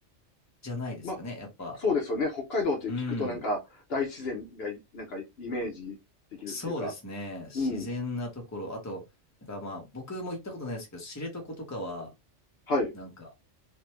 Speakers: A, on the left; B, on the left.
A: じゃないですかね、
B: ま、
A: やっぱ。
B: そうですよね。北海道って聞くとなんか、
A: うん。
B: 大自然がい、なんか、イメージできるっていうか。
A: そうですね。自然なところ。
B: うん、
A: あと、なんかまあ僕も行ったことないですけど、知床とかは、
B: はい。
A: なんか